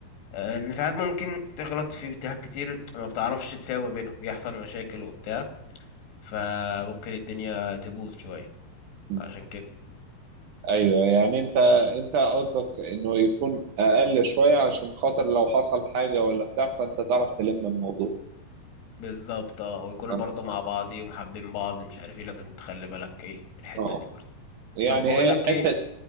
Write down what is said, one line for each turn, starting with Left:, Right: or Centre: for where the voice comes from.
Left: آه، ان ساعات ممكن تغلط في اتجاهات كتير ما بتعرفش تساوي بينهم يحصل مشاكل وبتاع فممكن الدنيا تبوظ شوية
Right: م.
Left: فعشان كده
Right: ايوه يعني انت انت قصدك انه يكون اقل شويه عشان خاطر لو حصل حاجه ولا بتاع فانت تعرف تلم الموضوع
Left: بالظبط اه ويكونوا
Right: اه
Left: برضه مع بعض ومحبين بعض مش عارف ايه لازم تخلي بالك ايه من الحتة
Right: اه
Left: دي برضه
Right: يعني
Left: طب بقول
Right: هي
Left: لك
Right: حته
Left: ايه